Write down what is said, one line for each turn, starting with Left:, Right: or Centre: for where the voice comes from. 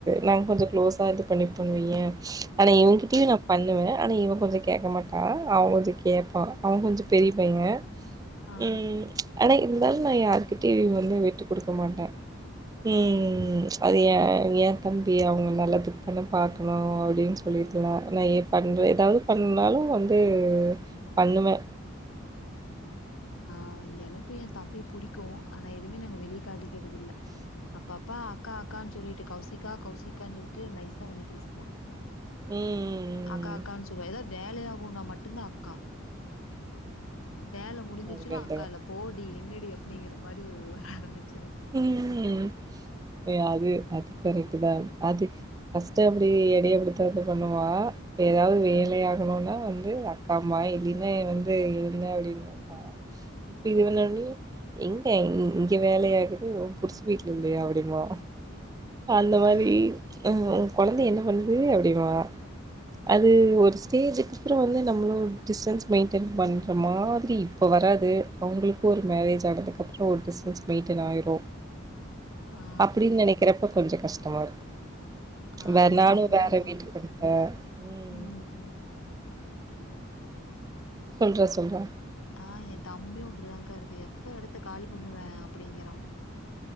Right: நாங்க கொஞ்சோ க்ளோஸா இது பண்ணிப்போன் வைய ஆனா
Left: ஆ.
Right: இவங்ககிட்டயு நா பண்ணுவ ஆனா இவெ கொஞ்சோ கேக்க மாட்டா அவெ கொஞ்சோ கேப்பா அவ கொஞ்சோ பெரிய பையங்க
Left: ஆ.
Right: ம் ச் ஆனா இருந்தாலு நா யாருக்கிட்டயு வந்து விட்டு குடுக்க மாட்ட ம் அது ஏ ஏ தம்பி அவங்க நல்லதுக்கு தான பாக்கணு அப்டின் சொல்லிட்லா நா ஏ பண்ற எதாவ்து பண்ணாலு வந்து பண்ணுவ
Left: அ எனக்கு என் தப்பி புடிக்கு ஆனா எதுமே நாங்க வெளிக்காட்டி க்கிறதில்ல அப்பப்பா அக்கா அக்கான்னு சொல்லிட்டு கௌஸ் சிக்கா கவுசிக்கான்னு சொல்லிட்டு நைஸா வந்து பேசுவா
Right: ம்
Left: அக்கா
Right: ம்
Left: அக்கான் சொல்லுவா எதாது வேலையாகுன்னா மட்டுந்தா அக்கா வேல முடிஞ்சிச்சுன்னா
Right: அதுக்கடுத்தவ
Left: அக்கால போடி என்ன டி அப்படிங்கிற மாரி ஒரு வர ஆரம்பிச்சு சிரு
Right: ம் ஏ அது அது கரெக்ட்டுதா அது ஃபஸ்ட் அப்படி என்னையே அப்டித்தாத்த பண்ணுவா இப்போ எதாவது வேலையாகணுன்னா
Left: அ,
Right: வந்து அக் ஆமா இல்லினா வந்து என்ன அப்டின்னு கேப்பா இப்ப இது <unintelligible> எங் ஏ இங் இங்கே வேலையாகு நீ ஓ புருஷ வீட்டுல இல்லையா அப்டிம்பா அந்த மாரி
Left: அ,
Right: அஹ் ஹ கொழந்த என்ன பண்ணுது அப்டிமா அது ஒரு ஸ்டேஜுக்கு அப்பறொ வந்து நம்மளு டிஸ்டன்ஸ் மெயின்டென் பண்ற மாதிரி இப்போ வராது அவங்களுக்கு ஒரு மேரேஜ் ஆனதுக்கப்புறொ ஒரு டிஸ்டன்ஸ் மெயின்டென் ஆயிரு ரு
Left: ஆ,
Right: அப்டின் நெனைக்கிறப்போ கொஞ்சொ கஷ்டமா இருக்கு
Left: ஆ
Right: வேற
Left: என்
Right: நானு
Left: தம்பியும்
Right: வேற வீட்டுக்கு வண்ட்டே உம்
Left: ம்.
Right: சொல்றா சொல்றா
Left: ஆஹ் என் தம்பியும் அப்படிதான்கா இருக்கு எப்ப எடத்த காலி பண்ணுவ அப்படிங்கறான்